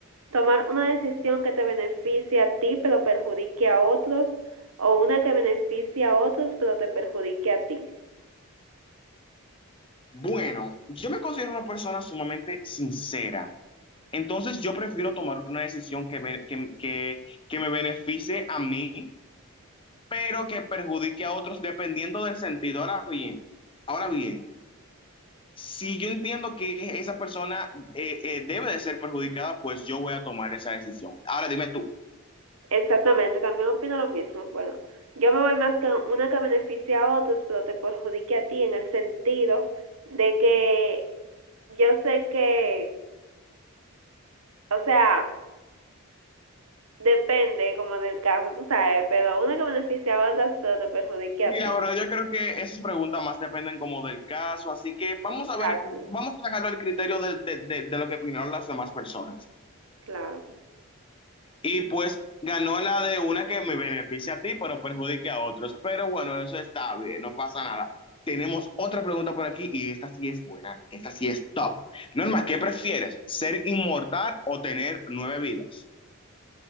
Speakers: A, on the right; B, on the left.
A: ¿Tomar una decisión que te beneficie a ti pero perjudique a otros o una que beneficie a otros pero te perjudique a ti?
B: Bueno, yo me considero una persona sumamente sincera, entonces yo prefiero tomar una decisión que me, que, que, que me beneficie a mí, pero que perjudique a otros dependiendo del sentido. Ahora bien, ahora bien, si yo entiendo que esa persona eh, eh, debe de ser perjudicada, pues yo voy a tomar esa decisión. Ahora dime tú,
A: Exactamente, también opino lo mismo. Bueno, yo me voy más con una que beneficie a otros pero te perjudique a ti en el sentido de que yo sé que, o sea, Depende como del caso, tú sabes, pero una que beneficia a otras, pero te perjudique a
B: Sí,
A: ti.
B: la verdad, yo creo que esas preguntas más dependen como del caso, así que vamos
A: Exacto,
B: a ver, vamos a dejarlo al criterio de, de- de- de lo que opinaron las demás personas.
A: claro,
B: Y pues ganó la de una que me beneficia a ti, pero perjudique a otros. Pero bueno, eso está bien, no pasa nada. Tenemos otra pregunta por aquí y esta sí es buena, esta sí es top. Norma, ¿qué prefieres? ¿Ser inmortal o tener nueve vidas?